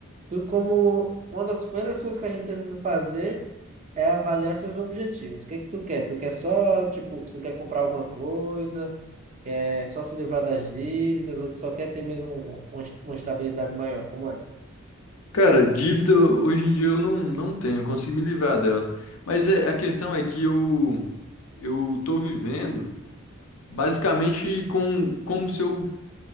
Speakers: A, on the right; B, on the left.
A: Tudo como uma das primeiras coisas que a gente precisa fazer é avaliar seus objetivos. O que é que tu quer? Tu quer só, tipo, tu quer comprar alguma coisa, é só se livrar das dívidas, ou tu só quer ter mesmo uma uma estabilidade maior? Como é?
B: Cara, dívida hoje em dia eu não, não tenho, eu consigo me livrar dela. Mas é- a questão é que eu eu tô vivendo basicamente com como se eu